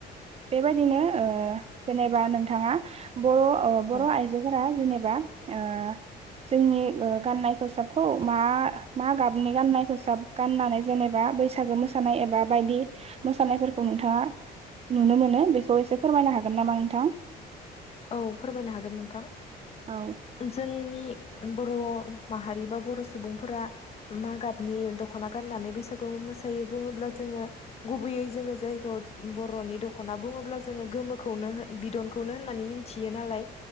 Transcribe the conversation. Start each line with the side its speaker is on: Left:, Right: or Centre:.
Right: बेबायदिनो ओ जेनेबा नोंथाङा बर अ बर
Left: औ
Right: आइजोफोरा जेने दा ओ जोंनि ओ गाननाय खसाबखौ मा मा गाबनि गाननाय खसाब गाननानै जेनेबा बैसागो मोसानाय एबा बायदि मोसानायफोरखौ नोंथाङा नुनो मोनो बेखौ एसे फोरमायनो हागोन नामा नोंथां
Left: औ फोरमायनो हागोन नोंथां
Right: औ
Left: जोंनि बर माहारि बा बर सुबुंफोरा मा गाबनि दखना गाननानै बैसागु मोसायो बुङोब्ला जों ङो गुबैयै जोङो जायखौ बरनि दखना बुङोब्ला जोङो गोमोखौनो बिदनखौनो होननानै मोनथि नालाय